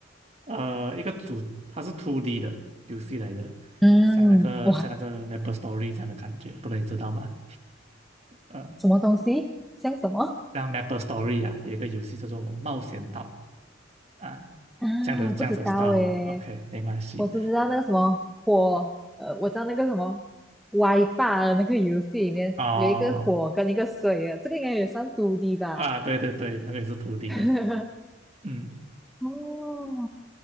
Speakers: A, on the right; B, in the centre.
A: 呃一个主，它是 2D 的游戏来的，
B: 嗯，
A: 像那个像那个
B: 哇，
A: MapleStory 这样的感觉，不能知道吗？呃，
B: 什么东西？像什么
A: 像 MapleStory 啊，有一个游戏叫做《冒险岛》啊，
B: 啊？
A: 这样的这样子的
B: 我不知道诶，
A: style 啊，OK，没关系。
B: 我只知道那个什么火，呃，我知道那个什么歪霸的那个游戏里面有一个火跟一个水啊，
A: 哦
B: 这个应该也算 2D 吧？
A: 啊，对对对，那个也是土地的，
B: <laughs>
A: 嗯
B: 哦，